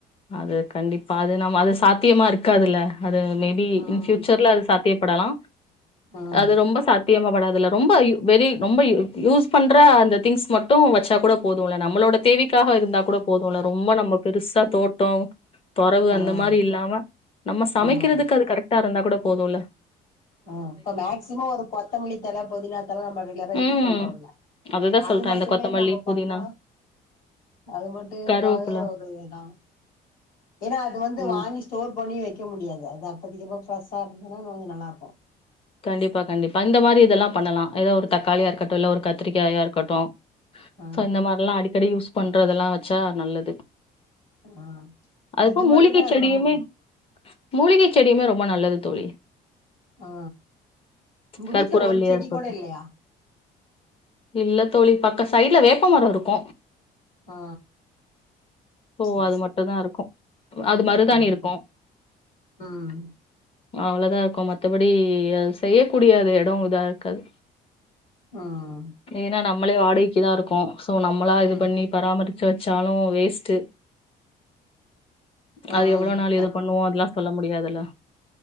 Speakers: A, on the left; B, on the left.
A: அது கண்டிப்பா அது நம்ம அது சாத்தியமா இருக் காதுல்ல அது மேபி
B: ம்
A: இன் பியூச்சர்ல அது சாத்தியப்படலா
B: ம்
A: அது ரொம்ப சாத் தியமா படாதுல்ல ரொம்ப வெரி ரொம்ப யூஸ் பண்ற அந்த திங்ஸ் மட்டு வச்சா கூட போதுல்ல நம்மளோட தேவைக்காக இருந்தா கூட போதுல்ல ரொம்ப நம்ம பெருசா தோட்டோ தொறவு
B: ம்
A: அந்த மாரி இல்லாம நம்ம சமைக்கிறதுக்கு
B: ம்
A: அது கரெக்டா இருந்தா கூட போதுல்ல
B: ஆ இப்ப மேக்சிமம் ஒரு கொத்தமல்லி தழ பொதினா தழ நம்ம ரெகுலரா யூஸ்
A: ம்
B: பண்றோல்ல
A: அதுதா
B: அது
A: சொல்றே
B: மட்டுமே
A: இந்த கொத்தமல்லி
B: நம்ம
A: புதினா
B: பண்ணா அது மட்டு இருந்தாவே
A: கருவேப்புல
B: ஒரு இதுதா ஏனா அது வந்து
A: ம்
B: வாங்கி ஸ்டோர் பண்ணி வெக்க முடியாது அது அப்பதிக்கு அப்ப பிரெஷா இருந்தனா கொஞ்ச நல்லாருக்கு
A: கண்டிப்பா கண்டிப்பா இந்த மாரி இதெல்லா பண்ணலா ஏதோ ஒரு தக்காளியா இருக்கட்டு இல்ல ஒரு கத்திரிக்காயா இருக்கட்டு
B: ஆ
A: சோ இந்த மாரில்லா அடிக்கடி யூஸ் பண்றதெல்லா வச்சா நல்லது
B: ஆ
A: அதுப்போ
B: இது
A: மூலிகை
B: மட்டு தா எனக்கு
A: செடியுமே
B: ரொம்ப புடிக்
A: மூலிகை செடியுமே ரொம்ப நல்லது தோழி
B: ஆ உங்க
A: கற்பூரவள்ளியா
B: வீட்ல ஒரு செடி
A: இருக்கட்டு
B: கோட இல்லையா
A: இல்ல தோழி பக்க சைட்ல வேப்பமரோ இருக்கு
B: ஆ
A: சோ
B: சரி
A: அது
B: சரி
A: மட்டு தா இருக்கு அது மருதானி
B: ம்
A: இருக்கு
B: ம்
A: அவ்ளதா இருக்கு மத்தபடி அது செய்யக்கூடிய அது எடோ இதா இருக்காது
B: ஆஹ்
A: ஏனா நம்மளே வாடகைக்கு தா இருக்கோ சோ நம்மளா இது
B: ம்
A: பண்ணி பராமரிச்சி வச்சாலு வேஸ்ட்டு
B: ம்
A: அது எவ்ளோ நாள்
B: க
A: இது பண்ணுவோ அதெல்லா சொல்ல முடியாதில்ல